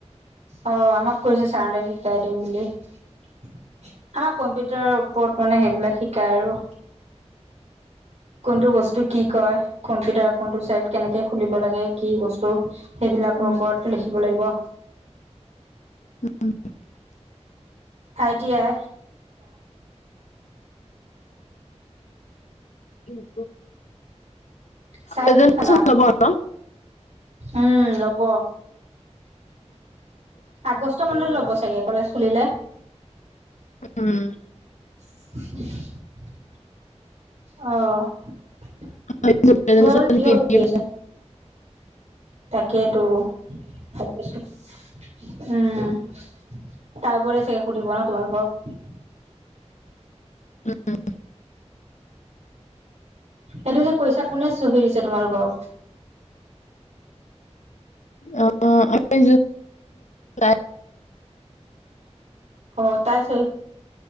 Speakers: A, on the right; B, on the left.
A: অ আমাক কৈছে চাৰহতে শিকাই দিম বুলি। আমাৰ কম্পিউটাৰ ওপৰত মানে সেইবিলাক শিকায় আৰু। কোনটো বস্তু কি কয়, কম্পিউটাৰ কোনটো চাইড কেনেকে খুলিব লাগে কি বস্তু? <unintelligible> সেইবিলাকৰ
B: উম
A: ওপৰত লিখিব লাগিব।
B: উম
A: আই টি আই
B: উম
A: চাহ
B: পেছেণ্ডদেচন
A: কিদি খালা
B: লব ন।
A: উম লব। আগষ্ট মানত ল'ব চাগে কলেজ খুলিলে।
B: উম
A: <inaudible> আহ তোমালোকৰ
B: ভাবিছো প্ৰেজেন্টেচন
A: কিহৰ
B: কি
A: বুকী
B: দিম
A: আছে? তাকেইটো উম তাৰওপৰত চাগে সুধিব ন তোমালোকক।
B: উম
A: এইটো যে কৈছা কোনে চহি দিছে তোমালোকক।
B: অ আমি তাই
A: অ তাই চ